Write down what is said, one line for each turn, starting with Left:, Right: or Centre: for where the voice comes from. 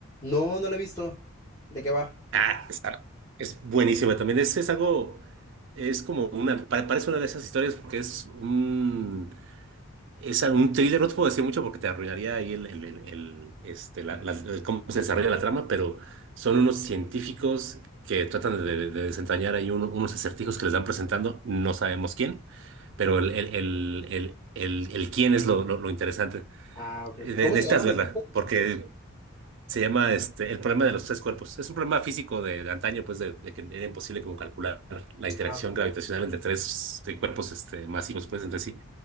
Left: No, no la he visto. ¿De qué va?
Right: Ah, esa- es buenísima también. Es, es algo, es como una, pa- parece una de esas historias porque es un, es un thriller, no te puedo decir mucho porque te arruinaría ahí el, el- el- el, este, la- la- el cómo se desarrolla la trama, pero son unos científicos que tratan de, de- de desentrañar ahí uno- unos acertijos que les van presentando, no sabemos quién, pero el, el, el, el, el- el quién es lo, lo, lo interesante.
Left: Ah, ok,
Right: Eh,
Left: ok.
Right: Necesitas
Left: ¿Cómo se llama, me
Right: verla
Left: dijiste?
Right: porque se llama este, el problema de los tres cuerpos. Es un problema físico de, de antaño, pues, de, de que era imposible como calcular la interacción
Left: Ah, ok,
Right: gravitacional entre tres eh, cuerpos este, masivos, pues, entre sí.